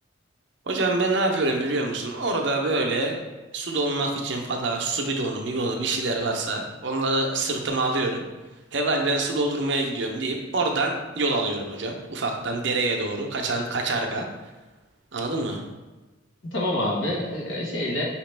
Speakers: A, on the right (about 60°); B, on the left (about 70°).
A: Hocam ben ne yapıyorum biliyor musun? Orada böyle su dolmak için falan su bidonu, mibidonu bir şeyler varsa onları sırtıma alıyorum. Heval ben su doldurmaya gidiyorum deyip oradan yol alıyorum hocam. Ufaktan dereye doğru kaçan kaçarga. Anladın mı?
B: Tamam abi e, e, şeyle